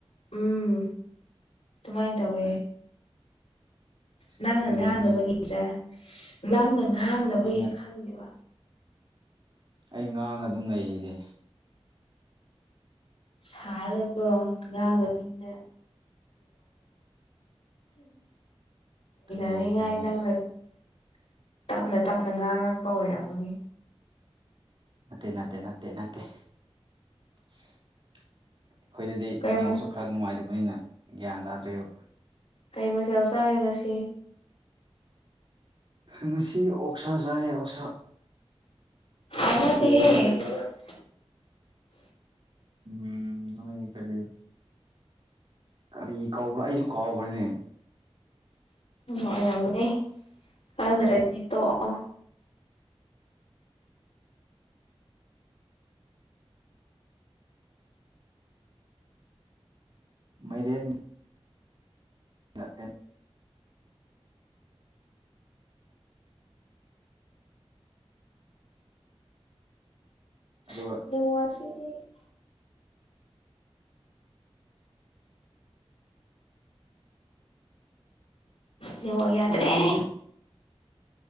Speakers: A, on the left; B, on the right.
A: ꯎꯝ ꯑꯗꯨꯃꯥꯏꯅ ꯇꯧꯋꯦ
B: ꯑꯁ
A: ꯅꯪꯅ
B: ꯀꯔꯤꯅꯣꯅꯦ
A: ꯉꯥꯡꯅꯕꯒꯤꯔ ꯅꯪꯅ ꯉꯥꯡꯅꯕꯒꯤꯔ
B: ꯑꯩꯅ
A: ꯈꯪꯗꯦꯕ
B: ꯑꯩ ꯉꯥꯡꯉ ꯑꯗꯨꯝ ꯂꯩꯁꯤꯗꯤ
A: ꯁꯥꯔꯒꯀꯣ ꯉꯥꯡꯗꯕꯤꯗ
B: ꯀꯔꯤꯅꯣꯅꯦ
A: <unintelligible> <unintelligible> ꯇꯞꯅ ꯇꯞꯅ ꯉꯥꯡꯂꯛꯄ ꯑꯣꯏꯔꯝꯃꯅꯤ
B: ꯅꯠꯇꯦ ꯅꯠꯇꯦ ꯅꯠꯇꯦ ꯅꯠꯇꯦ ꯑꯩꯈꯣꯏꯗꯗꯤ
A: ꯀꯩ
B: ꯅꯦꯋꯥꯛꯁꯨ ꯈꯔ ꯅꯨꯡꯉꯥꯏꯇꯕꯅꯤꯅ ꯒ꯭ꯌꯥꯟ ꯇꯥꯗ꯭ꯔꯦꯕ
A: ꯀꯩ ꯃꯊꯦꯜ ꯆꯔꯦ ꯉꯁꯤ
B: ꯉꯁꯤ ꯑꯣꯛꯁꯥ ꯆꯥꯏ ꯑꯣꯛꯁꯥ
A: <unintelligible>
B: ꯀꯔꯤ ꯍꯥꯏꯕ꯭ꯔꯥ ꯎꯝ ꯅꯤꯏꯗꯤ ꯀꯔꯤ ꯀꯔꯤ ꯀꯧꯕ꯭ꯔꯥ ꯑꯩꯁꯨ ꯀꯥꯎꯈ꯭ꯔꯦꯅꯦ
A: ꯑꯣ <unintelligible> ꯈꯪꯗ꯭ꯔꯗꯤ ꯇꯣꯛꯑꯣ
B: ꯃꯥꯔꯦꯟ <unintelligible> ꯑꯗꯨꯒ
A: <unintelligible> ꯅꯦꯋꯥꯛ ꯌꯥꯗ꯭ꯔꯦ
B: ꯑꯣꯏꯔꯝꯒꯅꯤ